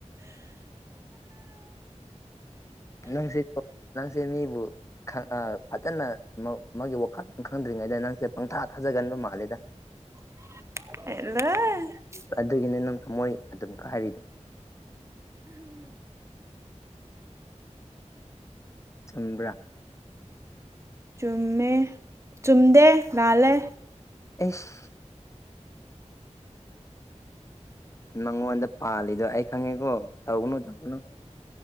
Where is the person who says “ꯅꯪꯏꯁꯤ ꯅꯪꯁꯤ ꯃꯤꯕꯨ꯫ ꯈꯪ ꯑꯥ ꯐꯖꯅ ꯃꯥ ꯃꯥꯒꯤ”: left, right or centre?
Left